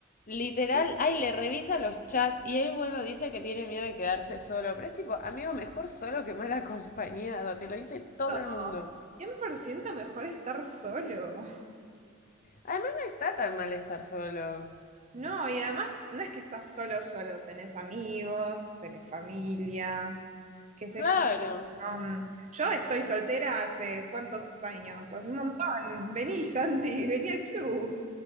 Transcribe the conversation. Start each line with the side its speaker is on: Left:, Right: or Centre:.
Left: Literal, ay, le revisa los chats y él, bueno, dice que tiene miedo de quedarse solo, pero es tipo, amigo, mejor solo que mal acompañado, te lo dice todo
Right: No,
Left: el mundo.
Right: 100% mejor estar solo.
Left: Además, no está tan mal estar solo.
Right: No, y además no es que estás solo, solo, tenés amigos, tenés familia, qué sé
Left: Claro.
Right: yo. Um, yo estoy soltera hace cuántos años, hace un montón. Vení, Santi, vení al club.